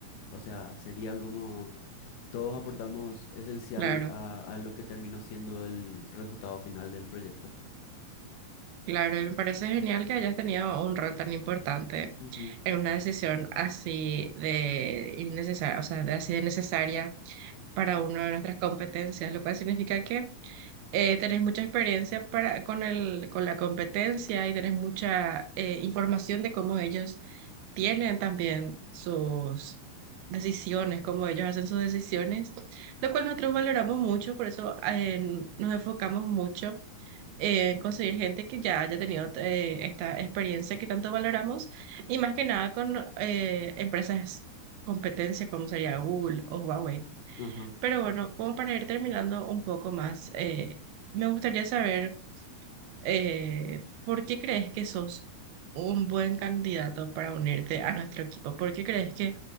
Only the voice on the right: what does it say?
Claro,
claro, y me parece genial que hayas tenido un rol tan importante
en una decisión así de innecesaria, o sea, de así de necesaria para una de nuestras competencias, lo cual significa que eh, tenés mucha experiencia para, con el, con la competencia y tenés mucha eh, información de cómo ellos tienen también sus decisiones, cómo ellos hacen sus decisiones, lo cual nosotros valoramos mucho, por eso eh, nos enfocamos mucho eh, conseguir gente que ya haya tenido eh, esta experiencia que tanto valoramos y más que nada con eh, empresas competencia como sería Google o Huawei.
Pero bueno, como para ir terminando un poco más, eh, me gustaría saber... Eh, ¿por qué crees que sos un buen candidato para unirte a nuestro equipo? ¿Por qué crees que